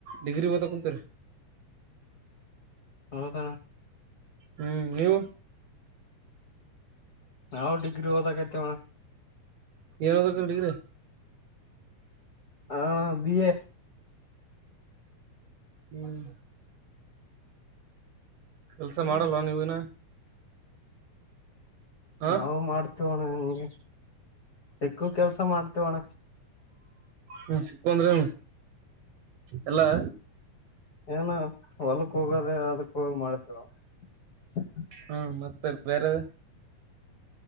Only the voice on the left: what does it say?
ಹೌದ
ನಾವು ಡಿಗ್ರಿ ಓದಕತ್ತಿವಾಣ್ಣ.
ಹಾ ಬಿ ಎ
ಹ್ಮ್
ನಾವು ಮಾಡ್ತವೋಣ್ಣ ನಿಂಗೆ ಸಿಕ್ಕದ ಕೆಲ್ಸ ಮಾಡ್ತವೋಣ.
ಏನು ಹೊಲಕ್ ಹೋಗೋದ ಅದಕ್ ಹೋಗಿ ಮಾಡ್ತೇವ <inaudible>